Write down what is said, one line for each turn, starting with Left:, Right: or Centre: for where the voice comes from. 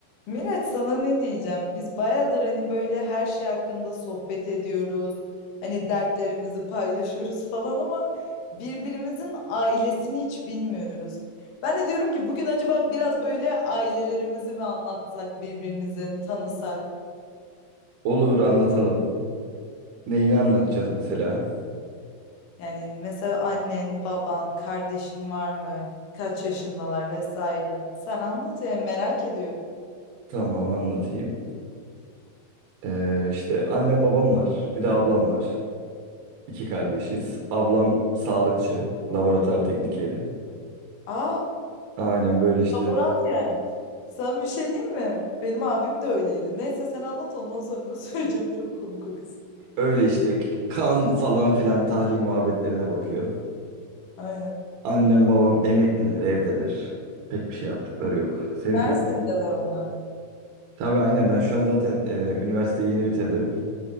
Left: Miraç sana ne diyeceğim? Biz bayağıdır hani böyle her şey hakkında sohbet ediyoruz. Hani dertlerimizi paylaşıyoruz <laughs> falan ama birbirimizin ailesini hiç bilmiyoruz. Ben de diyorum ki bugün acaba biraz böyle ailelerimizi mi anlatsak, birbirimizin tanısak?
Right: Olur anlatalım. Neyini anlatacağız mesela?
Left: Yani mesela annen, baban, kardeşin var mı? Kaç yaşındalar vesaire. Sen anlat yani merak ediyorum.
Right: Tamam anlatayım. Ee, işte annem babam var. Bir de ablam var. İki kardeşiz. Ablam sağlıkçı. Laboratuvar teknikeri.
Left: Aa
Right: Aynen böyle işte.
Left: Laborant yani. Sen bir şey değil mi? Benim abim de öyleydi. Neyse sen anlat ondan sonra <laughs> söyleyeceğim. Çok komik o kız.
Right: Öyle işte kan falan filan tahlil muhabbetlerine bakıyor.
Left: Aynen.
Right: Annem babam emekliler evdeler. Pek bir şey yaptıkları yok. Seninki
Left: Mersin'deler
Right: de...
Left: onlardı.
Right: Tabii aynen ben şu an zaten e, üniversiteyi yeni bitirdim.